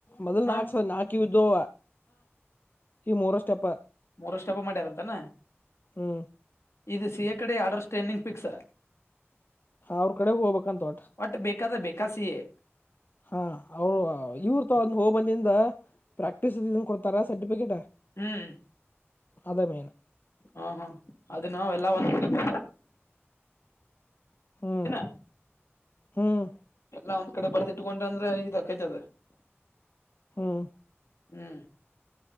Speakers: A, on the left; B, on the left.
A: ಮೊದಲ್
B: ಹಾ
A: ನಾಕ್ ಸಾ ನಾಕ ಇದ್ದವ ಈ ಮೂರ ಸ್ಟೆಪ್
B: ಮೂರುಷ್ಟಪ ಮಾಡ್ಯಾರಂತಾನ?
A: ಹ್ಮ್
B: ಇದು ಸಿ. ಎ ಕಡೆ ಆರ್ಡರ್ ಸ್ಟೇನಿಂಗ್ ಫಿಕ್ಸ
A: ಅವ್ರ ಕಡೆ ಹೋಗ್ಬೇಕಂತೆ ಅವತ
B: ಒಟ್ ಬೇಕಾದ ಬೇಕಾ ಸಿ ಎ
A: ಸ ಅವ್ ಇವ್ರ್ ತವ್ ಹೋಗ್ ಬಂದ್ ಏನ ಪ್ರಾಕ್ಟೀಸ್, ಇದನ್, ಕೊಡ್ತಾರಾ, ಸರ್ಟಿಫಿಕೇಟ್. <inaudible>
B: ಹ್ಮ್. <inaudible>
A: ಅದೆ ಮೇನ್
B: ಹಾಂ ಹಾಂ ಅದ ನಾವ ಎಲ್ಲಾ ಒಂದ್ ಕಡೆ
A: ಹ್ಮ್
B: <unintelligible> <unintelligible>
A: ಹ್ಮ್
B: ಎಲ್ಲಾ ಒಂದ್ ಕಡೆ ಬರ್ದಿಟ್ಕೊಂಡಂದ್ರೆ <unintelligible>
A: ಹ್ಮ್
B: ಹ್ಮ್